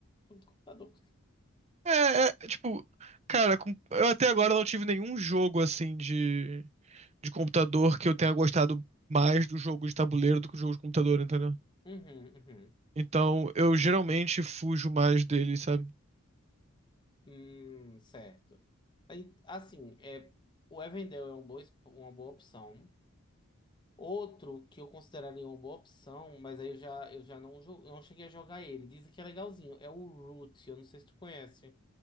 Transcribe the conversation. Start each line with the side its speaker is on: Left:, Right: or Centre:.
Left: jogo do computador.
Right: É, é, tipo, cara, com- eu até agora não tive nenhum jogo assim de, de computador que eu tenha gostado mais do jogo de tabuleiro do que o jogo de computador, entendeu?
Left: Uhum, uhum.
Right: Então, eu geralmente fujo mais dele, sabe?
Left: Hum, certo. Aí, Assim, é, o Evendel é uma boa, exp- uma boa opção. Outro que eu consideraria uma boa opção, mas aí eu já, eu já não, jo- eu não cheguei a jogar ele. Dizem que é legalzinho. É o Root, eu não sei se tu conhece.